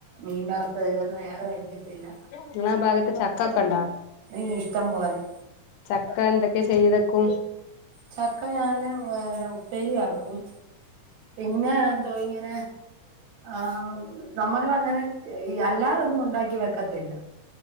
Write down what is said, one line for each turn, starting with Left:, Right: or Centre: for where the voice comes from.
Right: മീൻവറത്തത് ഇതൊന്നും അയാള് കഴിക്കത്തില്ല
Left: നിങ്ങളാ ഭാഗത്ത് ചക്ക ഒക്ക ഒണ്ടോ
Right: അയ്യോ ഇഷ്ടം പോലെ
Left: ക്ക എന്തൊക്കെ ചെയ്തക്കും
Right: ചക്ക ഞാന് വ ഉപ്പേരിയാക്കും പിന്നെ ദോ ഇങ്ങനെ ആഹ് നമ്മളിൽ അങ്ങനെ ഈ അല്ലാതൊന്നും ഉണ്ടാക്കി വെ ക്കത്തില്ല